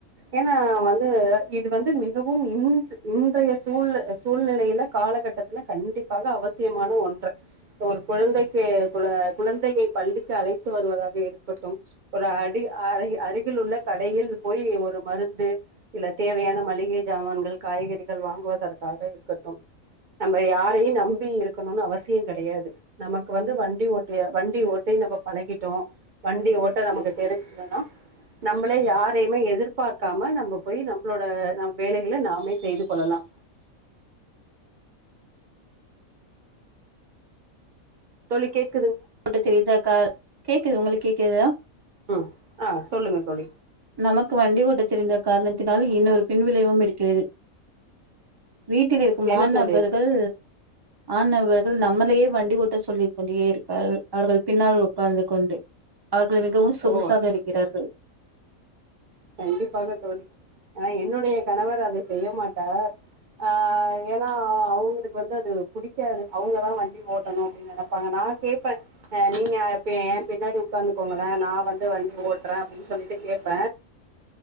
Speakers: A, on the right; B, on the right.
A: ஏன்னா வந்து இது வந்து மிகவும் இ இன்றைய சூழ் சூழ்நிலையில காலகட்டத்துல கண்டிப்பாக அவசியமான ஒன்று ஒரு குழந்தை குழந்தையை பள்ளிக்கு அழைத்து வருவதாக இருக்கட்டும் ஒரு அடி அ அருகில் உள்ள கடையில் போய் ஒரு மருந்து இல்ல தேவையான மளிகை ஜாமன்கள் காய்கறிகள் வாங்குவதற்காக இருக்கட்டும் நம்ம யாரையும் நம்பி இருக்கணும்னு அவசியம் கிடையாது நமக்கு க்கு வந்து வண்டி ஓட்ட வண்டி ஓட்டி நம்ம பழகிட்டோம் வண்டி ஓட்ட நமக்கு தெரிஞ்சதுன்னா நம்மள யாரையுமே எதிர்பார்க்காம நம்ம போய் நம்மளோட நம் வேலைகளை நாமே செய்து கொள்ளலாம் தோழி கேக்
B: போட்டு தெரியுதாக்கார் கேக்குது உங்களுக்கு கே கேக்குதா
A: ம் ஆ சொல்லுங்க சோழி
B: நமக்கு வண்டி ஊட்டத் தெரிந்த காரணத்தினால் இன்னொரு பின்விளைவும் இருக்கிறது வீட்டில் இருக்கும்
A: என்ன
B: மாணபர்கள்
A: தோழி அது
B: ஆண இவர்கள் நம்மளையே வண்டி ஓட்ட சொல்லிக்க கொண்டே இருக்கார்கள் அவர்கள் பின்னால் உட்கார்ந்து கொண்டு அவர்கள் மிகவும் சொகுசாக
A: ஓ
B: இருக்கிறார்கள்
A: கண்டிப்பாக தோழி ஏனா என்னுடைய கணவர் அதை செய்ய மாட்டார் ஆஹ் ஏன்னா அவங்களுக்கு வந்து அது பிடிக்காது அவங்கதான் வண்டி ஓட்டணு அப்படின்னு நினைப்பாங்க நான் கேடப்பேன் நீங்க என் பின்னாடி உட்காந்துக்கோங்களே நான் வந்து வண்டி ஓட்டுறேன்னு அப்படின்னு சொல்லிட்டு கேன் இப்ப